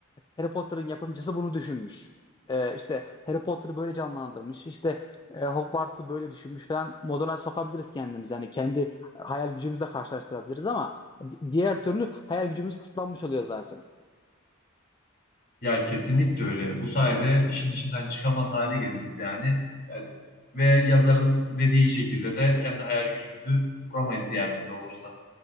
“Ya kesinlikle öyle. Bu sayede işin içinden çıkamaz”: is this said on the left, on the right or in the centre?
Left